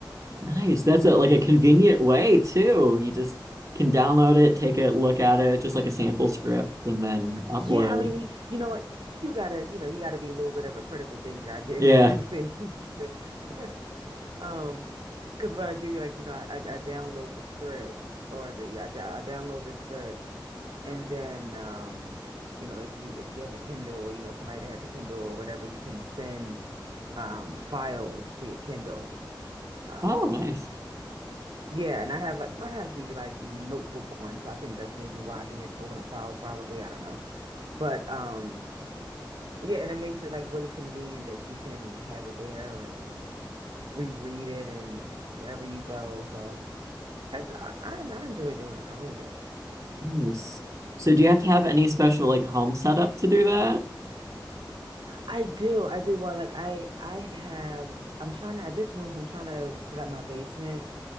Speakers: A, on the right; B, on the right.
A: Nice. That's a like a convenient way too. You just can download it, take a look at it, just like a sample script, and then upload.
B: Yeah, I mean, you, you know what? You gotta, you know, you gotta be a little bit of a critical thinker. I did
A: Yeah.
B: a few <laughs> things to, <laughs> um, because what I do, like, you know, I, I I download the script or the yeah, I, d- I download the script, and then, um, you know, if you if you have a Kindle or you know somebody that has a Kindle or whatever, you can send, um, files to your Kindle. Um,
A: Oh, nice.
B: yeah, and I have like I have the like the notebook one, so I think that's maybe why I can like open up files probably. I don't know, but um. Yeah, and it makes it like really convenient that you can have it there and reread it and wherever you go. So that's, I, I I enjoy doing it. I really do.
A: Nice. So do you have to have any special like home setup to do that?
B: I do. I do. Well, like I I have I'm trying to I just moved. so I'm trying to set up my basement,